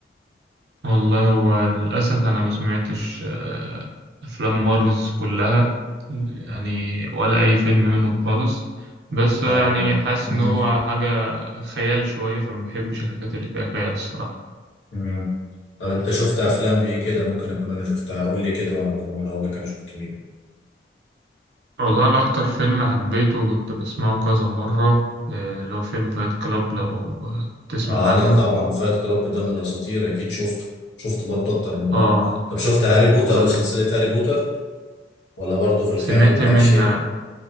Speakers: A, on the right; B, on the left.
A: والله هو للاسف انا ما سمعتش آه، افلام مارفلز كلها يعني ولا اي فيلم منهم خالص بس
B: يا
A: يعني
B: نهار ابيض
A: حاسس
B: مم.
A: ان هو حاجة خيال شوية فما بحبش الحاجات اللي فيها خيال الصراحة
B: مم. طب انت شفت افلام ايه كده ممكن اكون انا شفتها قول لي كده وانا وانا اقول لك انا شفت مين
A: والله انا اكتر فيلم حبيته وكنت بسمعه كذا مرة آه، اللي هو فيلم فايت كلاب لو تسمع
B: اه
A: عنه
B: لا طبعا فايت كلاب ده من الاساطير اكيد شفته شفته برضه اكتر من مره
A: اه
B: طب شفت هاري بوتر
A: بح-
B: وسلسله هاري بوتر ولا برضه في الخيال
A: سمعت
B: مالكش
A: منها